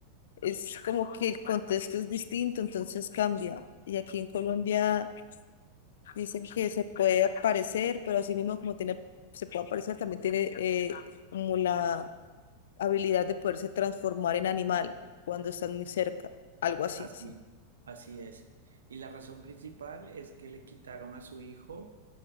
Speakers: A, on the left; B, on the right.
A: es como que el contexto es distinto, entonces cambia. Y aquí en Colombia Dicen que se puede aparecer, pero así mismo como tiene, se puede aparecer, también tiene eh, como la habilidad de poderse transformar en animal cuando están muy cerca, algo así,
B: Así,
A: sí.
B: es, así es. Y la razón principal es que le quitaron a su hijo,